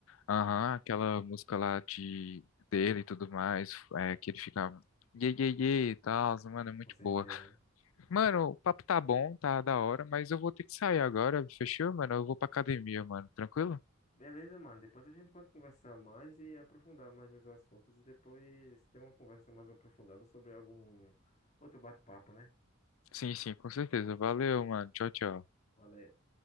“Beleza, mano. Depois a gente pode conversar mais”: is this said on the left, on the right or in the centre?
Left